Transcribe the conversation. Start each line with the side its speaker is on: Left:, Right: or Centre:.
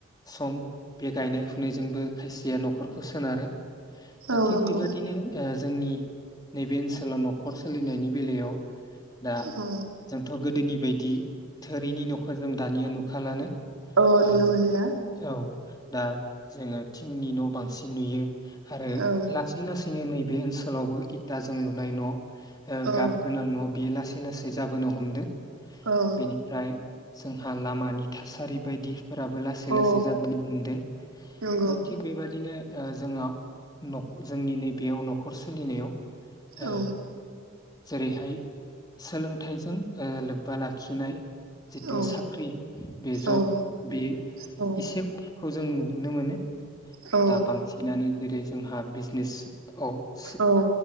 Left: सम बे गायनाय फुनायजोंबो खायसेया नखरखौ सोनारो दा
Right: औ
Left: थिग
Right: नंगौ
Left: बेबादिनो। ओ जोंनि नैबे ओनसोलाव न'खर सोलिनायनि बेलायाव दा
Right: औ
Left: जोंथ' गोदोनि बायदि थोरिनि न'खौ जों दानिया नुखाालानो
Right: औ नुनो
Left: ओ
Right: मोनलिया
Left: औ दा जोङो थिंनि न' बांसिन नुयो आरो
Right: औ
Left: लासै लासैनो नैे बे ओनसोलावबो इथाजों लुनाय न' ओ
Right: औ
Left: गाब गोनां न' बेयो लासै लासै जाबोनो हमदों
Right: औ
Left: बेनिफ्राय जोंहा लामानि थासारि बायदिफोराबो लासै
Right: अ
Left: लासै जाबोनो हमदों
Right: नंगौ
Left: दा थिग बेबादिनो ओ जोङा जोंनि नैबेयाव न'खर न'खर सोलिनायाव ओ
Right: औ
Left: जेरैहाय सोलोंथाइजों ओ लोब्बा लाखिनाय जिथु
Right: औ
Left: साख्रि बे जब
Right: औ
Left: बे
Right: औ
Left: एसे खमखौ जों नुनो मोनो
Right: औ
Left: दा बांसिनानो जेरै जोंहा बिजनेसआव सो
Right: औ